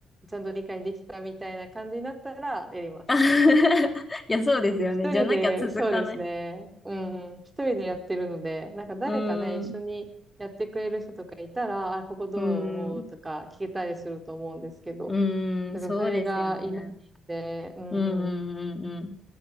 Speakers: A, on the right (about 15°); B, on the left (about 20°).
A: ちゃんと理解できたみたいな感じになったらやります。
B: あ <laughs>
A: <laughs>
B: いや、そうですよね。
A: 一人で、
B: じゃなきゃ続かない。
A: そうですね。うんうん。一人でやってるので、なんか誰かね、
B: うーん、
A: 一緒にやってくれる人とかいたら、あ、ここどう思うとか聞けたりすると思うんですけど、
B: うーん、うーん、
A: ちょっとそれがいないんで、
B: そうですよね。
A: うんうん。
B: うん、うん、うん、うん。